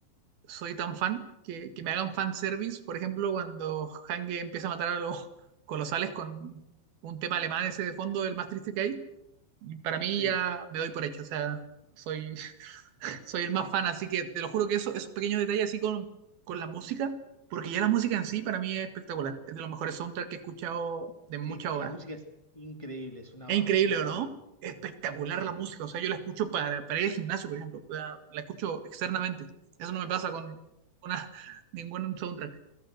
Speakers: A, on the right (about 60°); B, on the left (about 25°).
A: soy tan fan, que, que me hagan fan service, por ejemplo, cuando Hange empieza a matar a los <laughs> colosales con un tema alemán ese de fondo, el más triste que hay, y para mí
B: sí.
A: ya me doy por hecho, o sea, soy, <laughs> soy el más fan, así que te lo juro que eso, esos pequeños detalles así con, con la música, porque ya la música en sí para mí es espectacular, es de los mejores soundtracks que he escuchado de muchas
B: Sí, la
A: horas.
B: música es increíble, es una,
A: Es increíble,
B: es una
A: ¿o
B: obra
A: no?
B: maestra.
A: Es espectacular
B: sí.
A: la música. O sea, yo la escucho para, para ir al gimnasio, por ejemplo. O sea, la escucho externamente. Eso no me pasa con una, <laughs> ningún soundtrack.